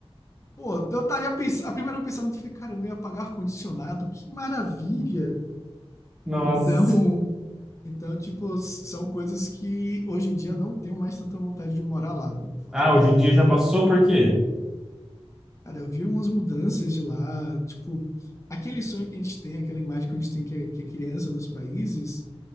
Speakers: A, on the left; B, in the centre.
A: pô, então eu estaria pensando, a primeiro pensamento foi, cara, eu não ia pagar ar-condicionado, que maravilha.
B: <laughs> Nossa.
A: Então, <laughs> então tipo, s- são coisas que hoje em dia não tenho mais tanta vontade de morar lá, pra falar
B: Ah,
A: a verdade.
B: hoje em dia já
A: Eu não,
B: passou, por quê?
A: cara, eu vi umas mudanças de lá, tipo, aquele sonho que a gente tem, aquela imagem que a gente tem que é, que é criança dos países,